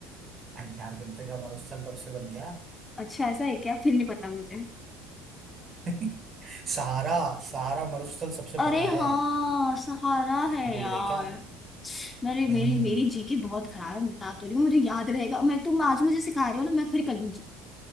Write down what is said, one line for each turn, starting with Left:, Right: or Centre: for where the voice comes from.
Right: अंटार्कटिका का मरुस्थल कब से बन गया
Left: अच्छा ऐसा है क्या फिर नहीं पता मुझे
Right: <laughs> सहारा सहारा मरुस्थल सबसे
Left: अरे
Right: बड़ा
Left: हाँ
Right: है
Left: सहारा है
Right: भूल
Left: यार
Right: गए क्या
Left: मेरी
Right: हम्म
Left: मेरी मेरी जीके बहुत खराब है बता तो रही हूँ मुझे याद रहेगा मैं तुम आज मुझे सिखा रही हो ना मैं फिर कर लूंगी